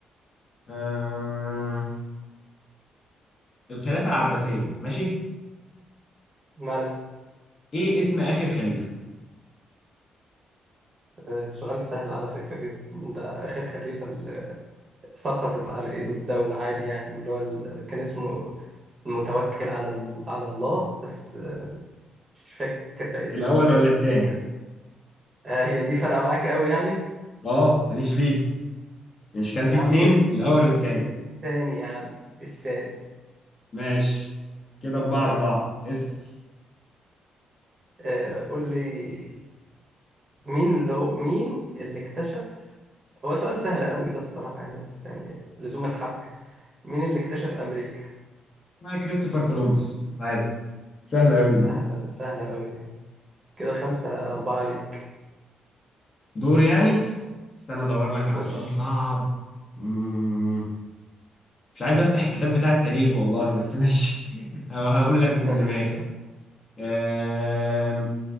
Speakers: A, on the left (about 30°); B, on the right (about 25°).
A: آه... الخلافة العباسية ماشي
B: مالها
A: إيه اسم آخر خليفة
B: آه، سؤال سهل على فكرة جدا ده آخر خليفة اللي سقطت على إيده الدولة عادي يعني اللي هو ال- كان اسمه المتوكل على ال- على الله بس مش فاكر بقى الاسم
A: الأول
B: بين
A: ولا
B: الثاني
A: التاني
B: آه هي دي فارقة معاك قوي يعني
A: آه ماليش فيه مش كان
B: يا
A: فيه
B: عم
A: اتنين
B: الس-
A: الأول والتاني
B: الثاني يا عم الثاني
A: ماشي كده أربعة
B: ها
A: أربعة اسأل
B: آه قول لي مين لو مين اللي اكتشف هو سؤال سهل قوي ده الصراحة يعني بس يعني لزوم الحبكة مين اللي اكتشف أمريكا
A: آه كريستوفر كولومبوس عادي سهلة أوي دي
B: سهلة ده سهلة قوي دي كده خمسة أربعة ليك
A: دور يعني استنى ادور لك
B: خش
A: على سؤال صعب مم. مش عايز افتح الكتاب بتاع التاريخ والله بس ماشي <laughs> أو هقول لك من
B: <laughs>
A: دماغي آم،